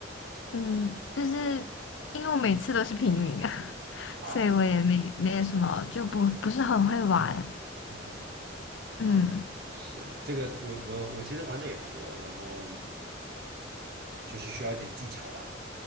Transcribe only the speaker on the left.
嗯，就是因为我每次都是平民啊，<laughs>
所以我也没没有什么，就不不是很会玩，
嗯